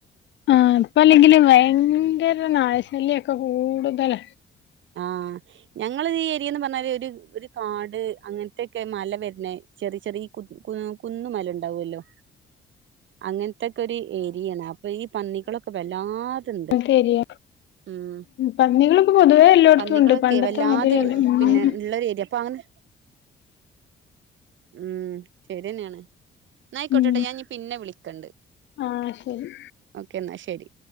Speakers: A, on the left (about 65°); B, on the right (about 70°).
A: ആ അപ്പ അല്ലെങ്കിലും ഭയങ്കര നായശല്യൊക്കെ കൂടുതല
B: ആഹ ഞങ്ങ ഈ ഏരിയന്ന് പറഞ്ഞാല് ഒരു ഒരു കാട് അങ്ങനത്തെൊക്കെ മല വരുന്ന ചെറ ചെറ കുന്നുമല ഉണ്ടാവുമല്ലോ അങ്ങ ഇതൊക്ക ഒരു ഏരിയാണ് അപ്പൊ ഈ പന്നികളൊക്കെ വല്ലാ ണ്ട്
A: അങ്ങനത്തെ ഏരിയ
B: ഉം
A: പന്നികളിപ്പോ പൊതുവേ എല്ലായിടത്തും
B: പന്നികളൊക്കെ
A: ഉണ്ട് പണ്ടത്തെ
B: വല്ലാതെ
A: മാതിരിയല്ല ഉം
B: പിന്നെ ഉള്ളൊരു ഏരിയ അപ്പൊ അങ്ങനെ ഉം ശരി തന്നെയാണ് നയിക്കോട്ടട്ടെ
A: ഉം
B: ഞാൻ പിന്നെ വിളിക്കണ്ട്
A: ആഹ് ശരി
B: ഓക്കെ എന്ന എന്നാ ശരി